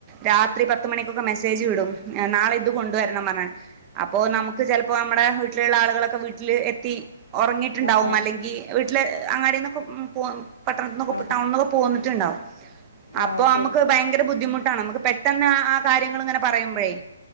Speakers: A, on the right (about 25°); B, on the left (about 85°).
A: രാത്രി പത്ത്മണിക്കൊക്കെ മെസ്സേജ് വിടും. നാളെ ഇത് കൊണ്ട് ണ്ട്വരണം പറഞ്ഞ് അപ്പൊ നമുക്ക് ചിലപ്പോ നമ്മടെ വീട്ടിലുള്ള ആളുകളൊക്കെ വീട്ടില് എത്തി ഉറങ്ങിയിട്ടുണ്ടാവും.
B: ആ
A: അല്ലെങ്കിൽ വീട്ടില് അങ്ങാടിന്നൊക്കെ പോ പട്ടണത്തിന്നൊക്കെ
B: ആ
A: ടൗണിൽഒക്കെ പോന്നിട്ടുണ്ടാവും.
B: ആ
A: അപ്പോ
B: ശരി
A: നമുക്ക് ഭയങ്കര ബുദ്ധിമുട്ടാണ്. നമ്മുക്ക് പെട്ടെന്ന് ആ കാര്യങ്ങൾ ഇങ്ങനെ പറയുമ്പോഴേ